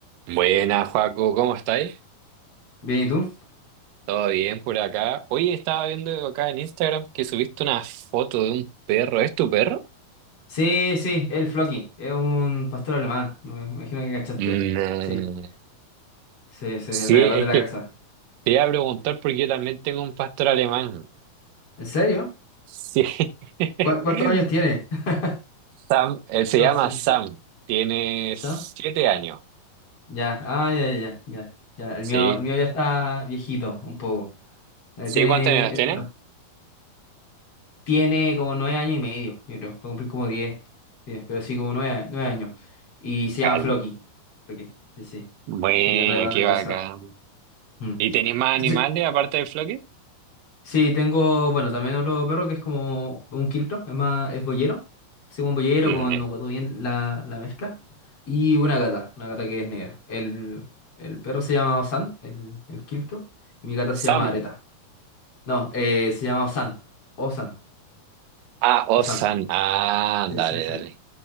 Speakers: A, on the right; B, on the left.
A: Buenas, Joaco, ¿cómo estáis?
B: Bien, ¿y tú?
A: ¿Todo bien por acá? Hoy estaba viendo acá en Instagram que subiste una foto de un perro. ¿Es tu perro?
B: Sí, sí, el Floki, es un pastor alemán, me imagino que cachaste.
A: Mm,
B: Sí, sí, sí,
A: Sí,
B: el regalón
A: es
B: de la
A: que
B: casa.
A: te iba a preguntar porque yo también tengo un pastor alemán.
B: ¿En serio?
A: Sí. <laughs>
B: ¿Cu- cuántos años tiene? <laughs>
A: Sam, él se
B: Qué conciencia.
A: llama Sam. Tiene
B: ¿Sam?
A: siete años.
B: Ya, ah, ya, ya, ya, ya. El
A: Sí.
B: mío, el mío ya está viejito, un poco. Eh,
A: ¿Sí?
B: tiene,
A: ¿Cuántos años tiene?
B: eh, bueno, tiene como nueve años y medio, yo creo. Va a cumplir como diez, diez, pero sí, como nueve, a- nueve años. Y se llama
A: Ay,
B: Floki. Floki, Sí, sí.
A: Bueno,
B: Sí, el regalón
A: qué
B: de la casa.
A: bacán.
B: Mm.
A: ¿Y tenéis más
B: Entonces,
A: animales aparte del Floki?
B: Sí, tengo, bueno, también otro perro que es como un quiltro, es más, es boyero, así como un boyero
A: Mm.
B: con, no recuerdo bien la, la mezcla, y una gata, una gata que es negra. El, el perro se llama Osan, el, el quiltro, y mi gata se
A: Sam.
B: llama Areta. No, eh, se llama Osan, Osan,
A: Ah, Osan.
B: Osan.
A: Ah,
B: Sí,
A: dale,
B: sí, sí.
A: dale.